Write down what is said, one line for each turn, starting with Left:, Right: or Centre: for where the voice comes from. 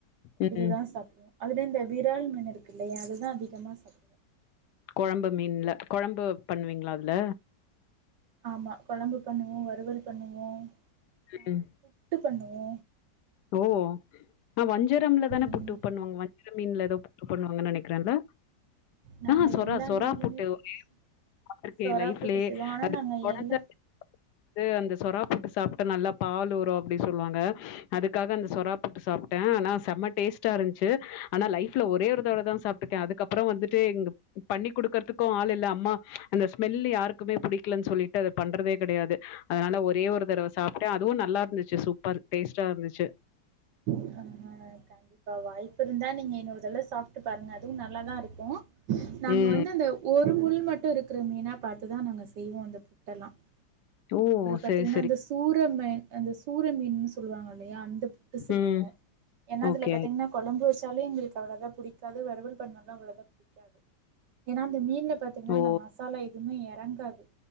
Left: ம்.
Right: இதுதா சாப்டுவோ அதுலயு இந்த விரால் மீன் இருக்கில்லயா அதுதா அதிகமாக சாப்டு
Left: கொழம்பு மீன்ல கொழம்பு பண்வீங்களா அதுல
Right: ஆமா கொழம்பு பண்ணுவோ வறுவல் பண்ணுவோ ஆ
Left: ம்
Right: புட்டு பண்ணுவோ
Left: ஓ ஆ வஞ்சரம்ல தான
Right: ம்
Left: புட்டு பண்ணுவாங்க வஞ்சரம் மீன்ல எதோ புட்டு பண்ணுவாங்கன் நெனைக்கறே இல்ல
Right: நாங்க
Left: ஆ சொறா
Right: எல்லா
Left: சொறாப்புட்டு
Right: மீனிலுமே புட்டு
Left: ஐயயோ
Right: செய்
Left: பாத்துருக்கே
Right: சொறா
Left: எ லைஃப்லயே
Right: புட்டு செய்வோ ஆனா
Left: அது
Right: நாங்க
Left: கொழந்த
Right: எல்லா
Left: பெத்த <inaudible> து அந்த சொறாப்புட்டு சாப்ட்டா நல்லா பால் ஊறு அப்டி சொல்வாங்க அதுக்காக அந்த சொறாப்புட்டு சாப்ட்டே ஆனா செம்ம டேஸ்ட் ஸ்ட்டா இருந்துச்சி அனா லைஃப்ல ஒரே ஒரு தடவ தா சாப்ட்ருக்க அதுக்கப்பறோ வந்துட்டு இங்க பண்ணி குடுக்கறதுக்கு ஆள் இல்ல அம்மா அந்த ஸ்மெல்லு யாருக்குமே புடிக்கலன்னு சொல்லிட்டு அத பண்றதே கெடையாது அதனால ஒரே ஒரு தரவ சாப்ட்ட அதுவு நல்லா இருந்துச்சி சூப்பர் டேஸ்ட்டா இருந்துச்சு
Right: ஆ கண்டிப்பா வாய்ப்பு இருந்தா நீங்க இன்னொரு தலவ சாப்ட்டு பாருங்க அதுவு நல்லாதா இருக்கு நாங்க
Left: ம்
Right: வந்து அந்த ஒரு முள் மட்டு இருக்கற மீனா பாத்துதா நாங்க செய்வோ அந்த புட்டல்லா
Left: ஓ
Right: அப்பறோ பாத்திங்ன்னா
Left: செரி செரி
Right: அந்த சூர மே அந்த சூர மீனுன் சொல்லுவாங்க இல்லயா அந்த ட்டு செய்வோ
Left: ம்
Right: ஏன்னா அதுல
Left: ஓகே
Right: பாத்திங்கன்னா கொழம்பு வச்சாலே எங்களுக்கு அவ்வளவுவா புடிக்காது வறுவல் பண்ணணா அவ்வளவா பிடிக்காது எனா அந்த மீன்ல பாத்திங்கன்னா
Left: ஓ
Right: அந்த மாச மசால எதுமே எறங்காது